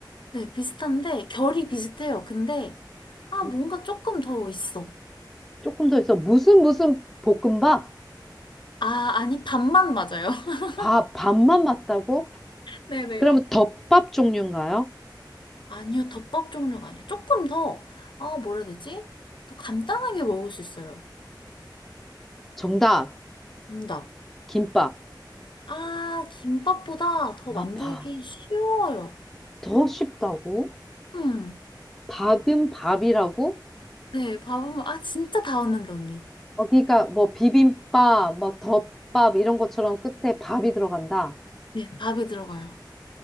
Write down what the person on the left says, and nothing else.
네, 비슷한데, 결이 비슷해요. 근데,
아, 뭔가 조금 더 있어.
아, 아니, 반만 맞아요. <laughs>
네네.
아니요, 덮밥 종류가 아니야. 조금 더, 어, 뭐라 해야 되지? 더 간단하게 먹을 수 있어요.
정답.
아, 김밥보다 더
만들기
쉬워요.
음,
네, 밥은, 아, 진짜 다 왔는데, 언니.
네, 밥이 들어가요.